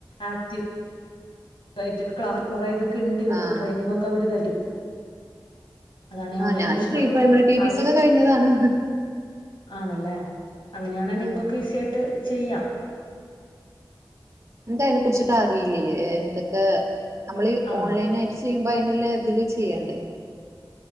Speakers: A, on the left (about 80°); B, on the right (about 35°).
A: ആക്ട്ടീ <unintelligible> ക്ലാസ്സ് കുറെ ഇതൊക്കെണ്ട് നമുക്ക്
B: ആഹ്
A: ട്രെയിനിങ്ങൊക്കെ അവര് തരും അതാണ് ഈ
B: ആഹ്
A: ഓൺലൈൻ
B: ഞാന്
A: ട്യൂഷൻ
B: പ്രീ
A: നമുക്ക്
B: പ്രൈമറി ടി
A: അറിയും
B: ടി സി ഒക്കെ കഴിഞ്ഞതാണ്
A: ആണല്ലേ അങ്ങനെയാണെ നിങ്ങക്കൊക്കെ
B: ആഹ്
A: ഈസി ആയിട്ട് ചെയ്യാം
B: ഇന്ക്ക് അയിനെ കുർച്ട്ട് അറീല്ലേ എ എന്തൊക്കെ നമ്മള് ഈ
A: ആഹ്
B: ഓൺലൈൻ ആയിട്ട് ചെയ്യുമ്പോ അയ്ന്ള്ളത് ല് ചെയ്യണ്ടേ